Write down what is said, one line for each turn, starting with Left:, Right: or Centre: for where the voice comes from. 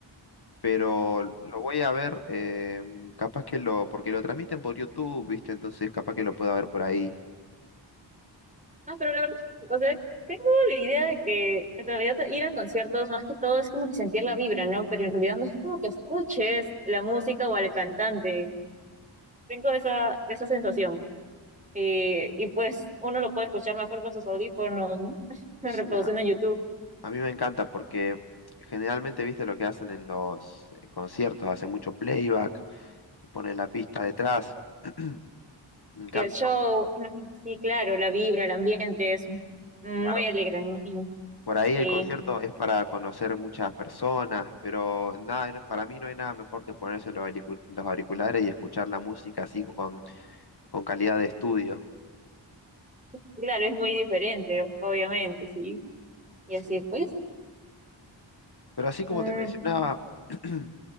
Left: pero lo voy a ver, eh, capaz que lo, porque lo transmiten por YouTube, ¿viste? Entonces capaz que lo pueda ver por ahí.
Right: Ah, pero la verdad, o sea, tengo la idea de que en realidad ir a conciertos más que todo es como que sentir la vibra, ¿no? Pero en realidad no es como que escuches la música o al cantante. Tengo esa, esa sensación. Eh, y pues uno lo puede escuchar mejor con sus audífonos, ¿no? <laughs>
Left: Sí,
Right: Reproduciendo
Left: a,
Right: en YouTube.
Left: a mí me encanta porque generalmente, ¿viste lo que hacen en los eh, conciertos? Hacen mucho playback, ponen la pista detrás. <clears throat> En cambio,
Right: El show, imagino, sí, claro, la vibra, el ambiente es muy
Left: claro,
Right: alegre, me imagino.
Left: Por ahí
Right: Sí,
Left: el concierto es para conocer muchas personas, pero nada, no- para mí no hay nada mejor que ponerse los alicu- los auriculares y escuchar la música así con, con calidad de estudio.
Right: claro, es muy diferente, obviamente, sí. Y
Left: Sí.
Right: así pues.
Left: Pero así como
Right: mm,
Left: te mencionaba, <clears throat>